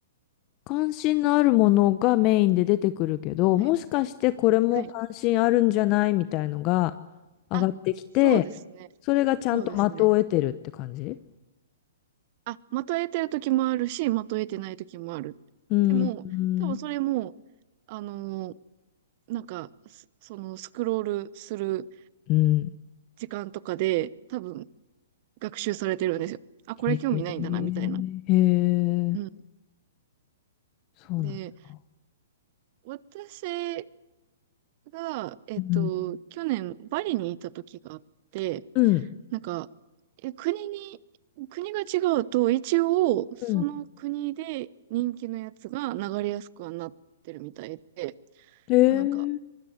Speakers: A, on the left (about 35°); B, on the right (about 45°).
A: 関心のあるものがメインで出てくるけど、
B: はい。
A: もしかしてこれも関心あるんじゃないみたいのが上がってきて、
B: はい。あ、そうですね。
A: それがちゃんと的を得てるって感じ
B: そうですね。あ、まとえてる時もあるし、まとえてない時もある。
A: うん、
B: でも、
A: うん、
B: 多分それも、あのーなんか、すそのスクロールする
A: うん。
B: 時間とかで多分学習されてるんですよ。あ、これ興味ないんだな、
A: へえ、へえ、
B: みたいな。うん。
A: そうなんだ。
B: で、私が、えっと、
A: うん、
B: 去年バリにいた時があって、
A: うん、
B: なんか、え、国に、国が違うと、一応、その国で人気のやつが流れやすくはなってるみたいで、
A: うん。へえ、
B: なんか、